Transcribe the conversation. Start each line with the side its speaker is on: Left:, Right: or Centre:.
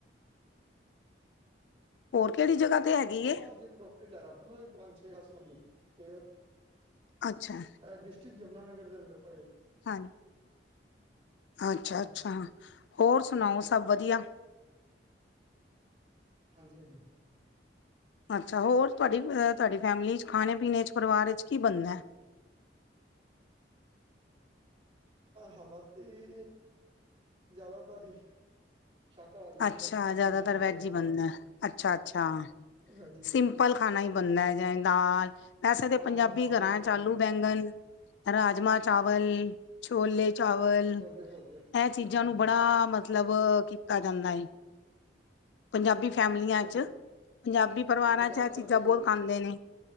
Left: ਹੋਰ ਕਿਹੜੀ ਜਗ੍ਹਾ ਤੇ ਹੈਗੀ
Right: ਹਾਂ,
Left: ਏ
Right: ਅੱਜੇ ਪ੍ਰੋਪਰਟੀ ਲੈ ਰੱਖ ਲਓ ਪੰਜ ਛੇ ਅਸ ਵੇ ਤੇ
Left: ਅੱਛਾ।
Right: ਡਿਸਟ੍ਰਿਕਟ ਜਮੁਨਾਨਗਰ ਦੇ ਅੰਦਰ ਪ
Left: ਹਾਂਜੀ। ਅੱਛਾ
Right: ਹਾਂਜੀ
Left: -ਅੱਛਾ। ਹੋਰ ਸੁਣਾਓ ਸਭ ਵਧੀਆ।
Right: ਹਾਂਜੀ-ਹਾਂਜੀ।
Left: ਅੱਛਾ ਹੋਰ ਤੁਹਾਡੀ ਤੁਹਾਡੀ ਫੈਮਿਲੀ 'ਚ ਖਾਣੇ ਪੀਣੇ 'ਚ ਪਰਿਵਾਰ 'ਚ ਕੀ ਬੰਦਾ
Right: ਹਾਲਾਤ ਹੀ ਜ਼ਿਆਦਾ ਤਾ ਜੀ। ਸ਼ਾਕਾਹਾਰੀ ਮਤਲਬ
Left: ਅੱਛਾ
Right: ਆਪਣਾ
Left: ਜ਼ਿਆਦਾਤਰ ਵੈਜ
Right: ਤੁਹਾਡਾ
Left: ਹੀ ਬਣਦਾ ਹੈ। ਅੱਛਾ- ਅੱਛਾ।
Right: ਵੈਜੀ
Left: ਸਿੰਪਲ ਖਾਣਾ ਹੀ ਬਣਦਾ ਹੈ ਜੋ ਦਾਲ। ਵੈਸੇ ਤਾਂ
Right: ਹਾਂ
Left: ਪੰਜਾਬੀ
Right: ਦਾਲ
Left: ਘਰਾਂ
Right: ਹੋ
Left: ਚ
Right: ਗਈ
Left: ਆਲੂ ਬੈਂਗਣ, ਰਾਜਮਾਂ। ਚਾਵਲ, ਛੋਲੇ, ਚਾਵਲ
Right: ਛੋਲੇ ਹੋ ਗਏ
Left: ਇਹ ਚੀਜ਼ਾਂ
Right: ਹਾਂਜੀ
Left: ਨੂੰ ਬੜਾ, ਮਤਲਬ ਮਤਲਬ ਕੀਤਾ ਜਾਂਦਾ ਹੈ। ਪੰਜਾਬੀ ਫੈਮਲੀਆਂ
Right: ਹਾਂ ਪੰਜਾਬੀ
Left: ਚ, ਪੰਜਾਬੀ ਪਰਿਵਾਰਾਂ
Right: ਹਾਂ ਜ਼ਿਆਦਾਤਰ
Left: ਚ ਇਹ ਚੀਜ਼ਾਂ
Right: ਆਈਓ
Left: ਬਹੁਤ
Right: ਬਣਦਾ
Left: ਖਾਂਦੇ ਨੇ।